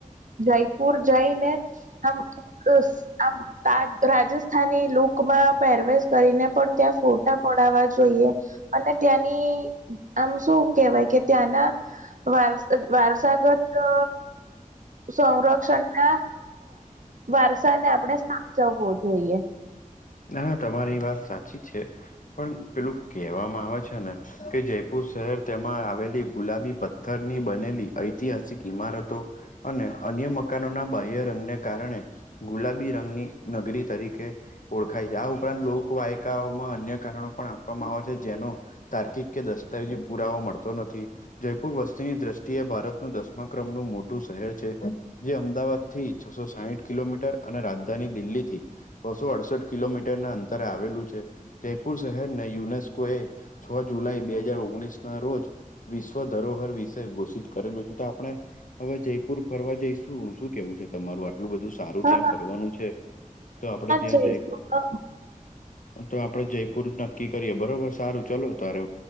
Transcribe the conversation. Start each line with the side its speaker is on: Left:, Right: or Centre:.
Right: જયપુર જઈને આમ અ આમ તા રાજસ્થાની લુ કમાં પેરવેશ કરીને પણ ત્યાં ફોટા પડાવવા જોઈએ અને ત્યાંની આમ શું કેહેવાય કે ત્યાંના વાર વારસાગત અ સંરક્ષણ ના વારસા ને આપણે સા ચવવો જોઈએ.
Left: ના તમારી વાત સાચી છે પણ પેલું કહેવામાં આવે છે ને. કે જયપુર શહેર તેમાં આવેલી ગુલાબી પથ્થરની બનેલી ઐતિહાસિક ઈમારતો. અને અન્ય મકાનોના બાહ્ય રંગને કારણે ગુલાબી રંગની નગરી તરીકે ઓળખાય છે આ ઉપરાંત લોકવાયકાઓમાં અન્ય કારણો પણ આપવામાં આવે છે જેનો તાર્કિક કે દસ્તાવેજી પુરાવો મળતો નથી. જયપુર વસ્તીની દ્રષ્ટિએ ભારતનું દસમા ક્રમનું મોટું શહેર છે. જે અમદાવાદથી છ સો સાહીઠ કિલોમીટર અને રાજધાની દિલ્હીથી બસો અડસઠ કિલોમીટરના અંતરે આવેલું છે, જયપુર શહેરને યુનેસ્કો એ છ જુલાઈ બે હાજાર ઓગણીસના રોજ વિશ્વ ધરોહર વિષય ઘોષિત કરેલું છે, તો આપણે હવે, જયપુર ફરવા જઈશું. શું કેવું છે તમારું આટલું બધું? સારું
Right: હા
Left: ત્યાં ફરવાનું છે, તો આપણે ત્યાં
Right: જ
Left: જઈ
Right: જઈશું હા
Left: તો આપણે જયપુર નક્કી કરીએ બરોબર સારું. ચલો, તારે